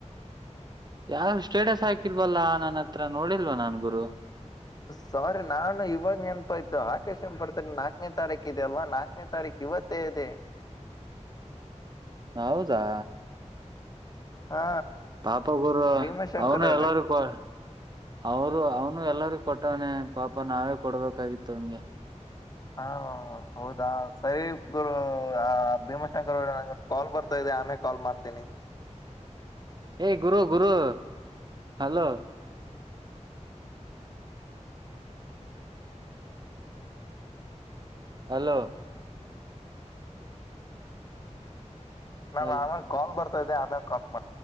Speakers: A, on the right; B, on the left.
A: ಯಾವು ಸ್ಟೇಟಸ್ ಹಾಕಿಲ್ವಲ್ಲಾ ನನ್ನ ಹತ್ರ ನೋಡಿಲ್ವ ನಾನ್ ಗುರು
B: ಸಾರಿ ನಾನು ಇವಾಗ ನೆನಪಾಯ್ತು ಆಕಾಶ ಬರ್ತಡೇ ನಾಲ್ಕನೇ ತಾರೀಕ ಇದೆ ಅಲ್ವಾ ನಾ ನೇ ತಾರೀಕು ಇವತ್ತೇ ಇದೆ
A: ಹೌದಾ
B: ಹಾ
A: ಪಾಪಾ ಗುರು
B: ಭೀಮಾಶಂಕರ್
A: ಅವನು
B: ಅವ್ರೆ
A: ಎಲ್ಲಾದಕ್ಕ ಅವರು ಅವನು ಎಲ್ಲಾರ ಕೊಟ್ಟವಾನೆ ಪಾಪ ನಾವೇ ಕೊಡ್ಬೇಕಾಗಿತ್ತು ಅವನ್ಗೆ
B: ಹಾ ಹೌದಾ ಸರಿ ಗುರು ಅ ಕಾಲ್ ಬರ್ತಾ ಇದೆ ಆಮೇಲೆ ಕಾಲ್ ಮಾಡ್ತೀನಿ
A: ಏ ಗುರು ಗುರು ಹಲೋ ಹಲೋ
B: ನಮ್
A: ಹಲ್
B: ಆಮೇಲೆ ಕಾಲ್ ಬರ್ತಾದೆ ಆಮೇಲೆ ಕಾಲ್